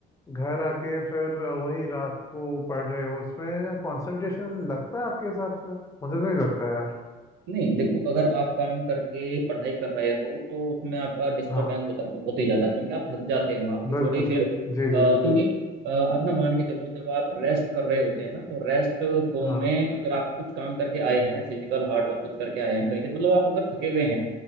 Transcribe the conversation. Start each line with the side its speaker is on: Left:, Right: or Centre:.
Left: घर आके फिर वही रात को पढ़ रहे हो उसमें कंसंट्रेशन लगता है आपके हिसाब से मुझे तो नहीं लगता यार
Right: नहीं देखो अगर आप काम करके पढ़ाई कर रहे हो तो उसमें आपका डिस्टरबेंस
Left: हाँ
Right: होता होते ही जाता है क्योंकि आप थक जाते हो आपकी बॉडी
Left: बिल्कुल
Right: फिर अ,
Left: जी
Right: क्योंकि
Left: जी जी जी
Right: अ, आप ना मान के चलो जब आप रेस्ट कर रहे होते हैं ना तो रेस्ट फॉर्म
Left: हाँ
Right: में अगर आप कुछ काम करके आए हैं फिजिकल हार्ड वर्क कुछ करके आए हैं कहीं से मतलब आप अगर थके हुए हैं